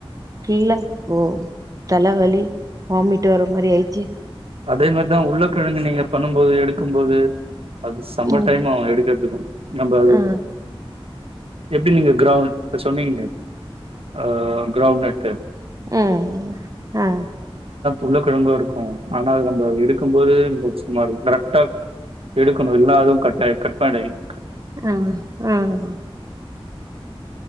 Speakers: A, on the right; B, on the right.
A: ஃபுல்லா ஓ தலவலி வாமிட் வர மாரி ஆயிடுச்சு
B: அதே மாதிரிதா உருளக்கிழங்கு நீங்க பண்ணும்போது எடு க்கும்போது அது செம்ம
A: ம்
B: டைம் ஆவு எடுக்கறதுக்கூ நம்ப அது
A: ஆ
B: எப்டி நீங்க க்ரௌன் இப்ப சொன்னீங்களே ஆஹ் க்ரௌண் நட் கு
A: உஹ் ஆஹ்
B: உருளக்கிழங்கு இருக்கூ ஆனா அது நம்ப எடுக்கும்போதே நம்ம சுமார் கரெக்ட்டா எடுக்கணு இல்லனா அதுவு கட்டாயிடு கட் பேட் ஆயிடு
A: அஹ் ஆஹ்